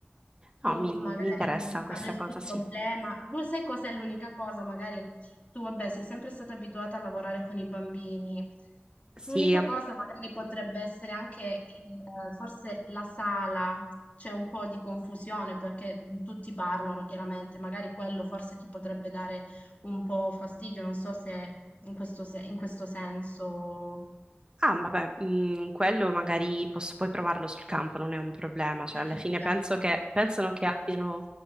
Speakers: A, on the left; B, on the right.
A: tu
B: no, mi
A: magari
B: mi interessa
A: mh,
B: questa
A: avresti
B: cosa,
A: un
B: sì.
A: problema. Tu sai cos'è l'unica cosa? Magari tu, vabbè, sei sempre stata abituata a lavorare con i bambini.
B: Sì,
A: L'unica cosa magari potrebbe essere anche il- forse la sala. C'è un po' di confusione perché tutti parlano chiaramente, magari quello forse ti potrebbe dare un po' fastidio, non so se in questo, se- in questo senso,
B: Ah, vabbè, mm, quello magari posso poi provarlo sul campo, non è un problema. Cioè,
A: <laughs>
B: alla fine
A: certo,
B: penso che, pensano che abbiano,